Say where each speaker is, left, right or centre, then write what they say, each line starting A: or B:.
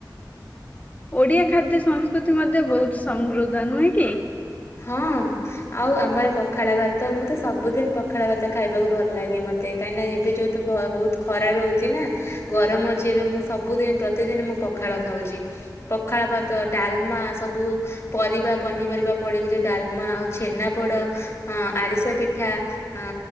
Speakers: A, on the left; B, on the left.
A: ଓଡିଆ ଖାଦ୍ୟ ସଂସ୍କୃତି ମଧ୍ୟ ବହୁତ ସମୃଦ୍ଧ ନୁହେଁ କି?
B: ହଁ ଆଉ ଆମର ପଖାଳ ଭାତ ମୁଁ ତ ସବୁଦିନ ପଖାଳ ଭାତ ଖାଇବାକୁ ଭଲ ଲାଗେ ମତେ କାହିଁକିନା ଏବେ ଯେତୁ ବହୁତ ଖରା ରହୁଛି ନା ଗରମ ହଉଛି ଏବେ ମୁଁ ସବୁଦିନ ପ୍ରତିଦିନ ମୁଁ ପଖାଳ ଖାଉଛି। ପଖାଳ ଭାତ ଡାଲମା ସବୁ ପରିବା ପନିପରିବା ପଡ଼ିକି ଯୋଉ ଡାଲମା ଆଉ ଛେନା ପୋଡ଼ ଆରିସା ପିଠା ଆ